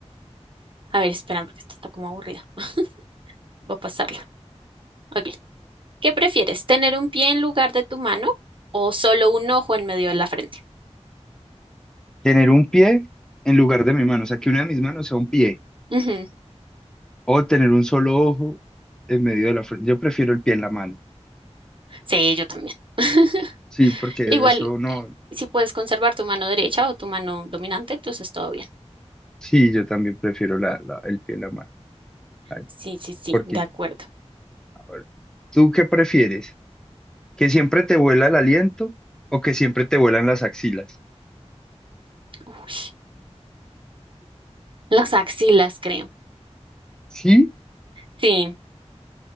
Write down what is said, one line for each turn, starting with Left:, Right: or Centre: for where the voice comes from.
Right: a ver, espera, porque esta está como aburrida. <laughs> Voy a pasarla. Ok. ¿Qué prefieres? ¿Tener un pie en lugar de tu mano o solo un ojo en medio de la frente?
Centre: Tener un pie en lugar de mi mano, o sea, que una de mis manos sea un pie.
Right: Ujú.
Centre: O tener un solo ojo en medio de la frente. Yo prefiero el pie en la mano.
Right: Sí, yo también. <laughs>
Centre: Sí, porque
Right: Igual,
Centre: eso no.
Right: si puedes conservar tu mano derecha o tu mano dominante, entonces todo bien.
Centre: Sí, yo también prefiero la, la- el pie en la mano. Ay,
Right: Sí, sí, sí,
Centre: porque
Right: de acuerdo.
Centre: Bueno, ¿Tú qué prefieres? ¿Que siempre te vuela el aliento o que siempre te vuelan las axilas?
Right: Uy, las axilas, creo.
Centre: ¿Sí?
Right: Sí,